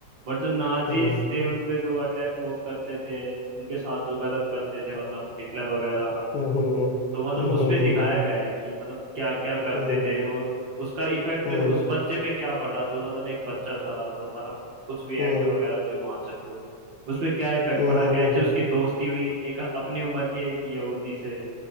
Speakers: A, on the right; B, on the left.
A: बट जो नाजीज
B: हम्म,
A: थे उन पे जो अटैक वो करते थे उनके साथ जो गलत करते थे मतलब हिटलर वगैरह
B: हम्म, हम्म,
A: तो मतलब
B: हम्म,
A: उस
B: हम्म,
A: पे दिखाया
B: हम्म,
A: गया है कि मतलब क्या क्या करते
B: हम्म,
A: थे और उसका इफेक्ट
B: हम्म,
A: उस बच्चे पे क्या पड़ा जो मतलब एक बच्चा था जो मतलब कुछ भी एक्टर
B: हम्म, हम्म, हम्म,
A: वगैरह तो ही मान सकते हो उस पे क्या इफेक्ट
B: हम्म,
A: पड़ा कैसे
B: हम्म,
A: उसकी दोस्ती हुई एक अपनी उम्र के एक यहूदी से